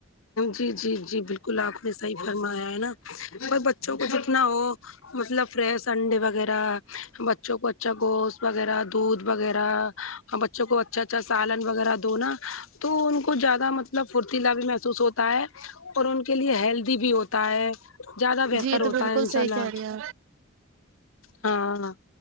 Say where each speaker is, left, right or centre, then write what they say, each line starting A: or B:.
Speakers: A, on the left; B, on the right.
A: جی جی جی بالکل آپ نے صحیح فرمایا ہے نا پر بچوں کو جتنا ہو مطلب فریش انڈے وغیرہ بچوں کو اچھا گوشت وغیرہ دودھ وغیرہ اور بچوں کو اچھا اچھا سالن وغیرہ دو نا تو ان کو زیادہ مطلب فھرتیلا بھی محسوس ہوتا ہے اور ان کے لیے ہیلدی بھی ہوتا ہے زیادہ
B: جی
A: بہتر
B: یہ تو
A: ہوتا
B: بالکل
A: ہے انشاء
B: صحیح
A: اللہ
B: کہہ رہی ہیں
A: ہاں ہاں